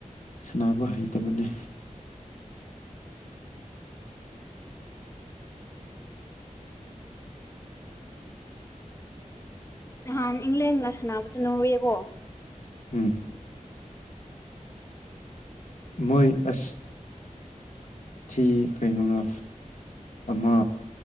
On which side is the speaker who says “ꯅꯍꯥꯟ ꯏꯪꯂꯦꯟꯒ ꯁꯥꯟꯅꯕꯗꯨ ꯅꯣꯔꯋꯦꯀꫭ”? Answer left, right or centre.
Left